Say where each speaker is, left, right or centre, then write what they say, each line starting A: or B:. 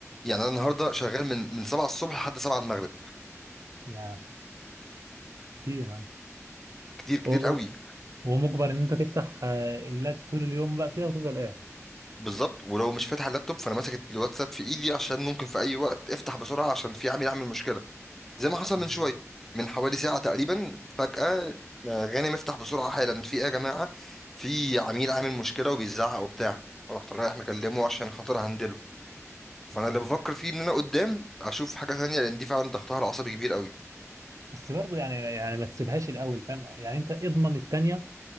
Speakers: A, in the centre; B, on the right.
A: يعني انا النهاردة شغال من من 7 الصبح لحد 7 المغرب
B: يعني كتير يعني
A: كتير كتير
B: و-
A: قوي
B: و- ومجبر ان انت تفتح آه، اللاب طول اليوم بقى كده وتفضل قاعد
A: بالظبط ولو مش فاتح اللابتوب فانا ماسك الواتساب في ايدي عشان ممكن في اي وقت افتح بسرعة عشان في عامل يعمل مشكلة زي ما حصل
B: مم.
A: من شويه من حوالي ساعة تقريبا فجأة آه، غانم افتح بسرعة حالا في ايه يا جماعة في عميل عامل مشكلة وبيزعق وبتاع رحت رايح مكلمه عشان خاطر هندله فانا
B: اه
A: اللي بفكر فيه ان انا قدام اشوف حاجة تانية لان دي فعلا ضغطها العصبي كبير قوي
B: بس برضو يعني يعني ما تسيبهاش الاول فاهم يعني انت اضمن التانية